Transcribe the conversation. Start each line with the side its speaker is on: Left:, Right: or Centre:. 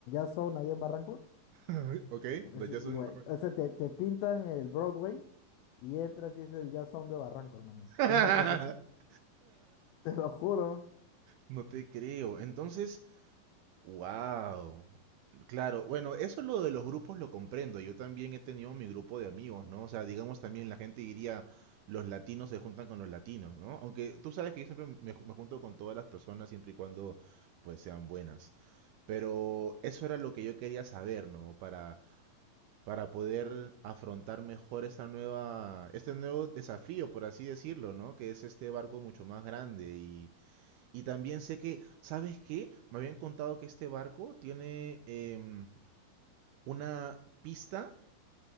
Left: son ahí en Barranco.
Right: Ay, Ok, Dayazón
Left: Es igual,
Right: en Marruecos.
Left: o sea, te, te pintan el Broadway y entras y es el Jazz Sound de Barranco, hermano.
Right: <laughs>
Left: Una cosa así, <laughs> te lo juro.
Right: No te creo. Entonces, wow. Claro, bueno, eso lo de los grupos lo comprendo. Yo también he tenido mi grupo de amigos, ¿no? O sea, digamos también la gente diría, los latinos se juntan con los latinos, ¿no? Aunque tú sabes que yo siempre me, ju- me junto con todas las personas siempre y cuando pues sean buenas. Pero eso era lo que yo quería saber, ¿no? Para para poder afrontar mejor esta nueva, este nuevo desafío, por así decirlo, ¿no? Que es este barco mucho más grande. Y, y también sé que, ¿sabes qué? Me habían contado que este barco tiene em, una pista